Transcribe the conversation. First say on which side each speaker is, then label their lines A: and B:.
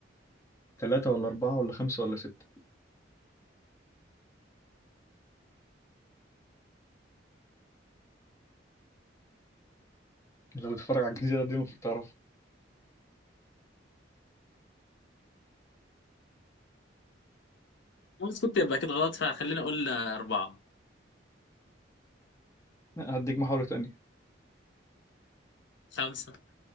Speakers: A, on the left (about 15°); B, on the left (about 70°).
A: ثلاثة ولا أربعة ولا خمسة ولا ستة لو بتتفرج على الجزيرة دي المفروض تعرفها
B: بس كنت يبقى كده غلط فخلينا اقول اربعه
A: لا هديك محاولة تانية
B: خمسه